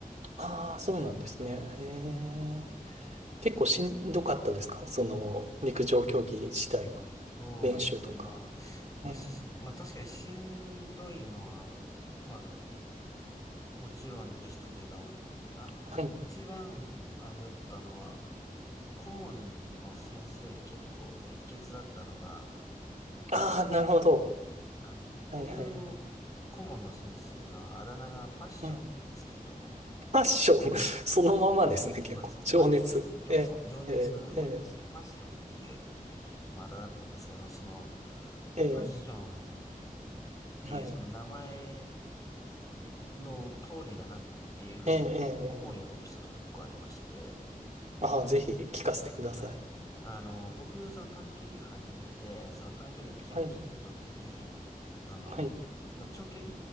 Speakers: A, on the right; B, on the left.
A: ああ、そうなんですね。
B: うん
A: ええ。結構しんどかったですかその、陸上競技自体は。
B: そうですね。
A: 練習とか。
B: まあ、まあ、
A: ええ
B: しまあ確かにしんどいのは、まあ、もちろんでしたけれども、あ、
A: はい。
B: 一番あれだったのは、顧問の先生が結構熱血だったのが、
A: ああ、
B: 感じでしたね。
A: なるほど。
B: あの、僕の顧問の先生のあだ名がパッションって言うんですけれども、
A: はいはいはい。うん。ファッション <laughs> そのままですね、
B: パッション。
A: 結構。
B: そうですね。
A: 情熱。
B: パッション。あの、情、
A: えー、
B: そう、情熱を意味するパッションっていう、
A: えー、え
B: まあ、だったんですけど、その、まあ、
A: ー、え
B: パッションっていう、
A: ー、はい。
B: その名前の通りだなっていうふうに思うようなエピソードが一個ありまして、
A: えー、えー、えー。ああ、ぜひ聞かせてください。
B: はい。あの、僕、その短距離始めて、その短距離の準備しているときに、
A: はい。
B: その、
A: はい。
B: まあ、長距離